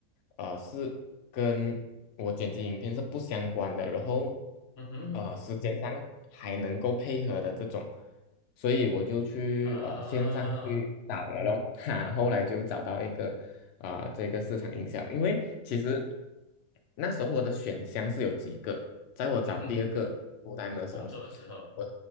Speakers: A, on the left; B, on the left.
A: 呃是跟我剪辑影片是不相关的，然后
B: 嗯哼哼，
A: 呃时间嗯上还能够配合的这种，所以我就去呃线上嗯去找了咯，
B: 啊，
A: <laughs> 哈，后来就找到一个啊、这个市场营销，因为其实那时候我的选项是有几个，在我找第二个
B: 嗯哼哼，
A: f u l 的时候。
B: 工作的时候，
A: 我。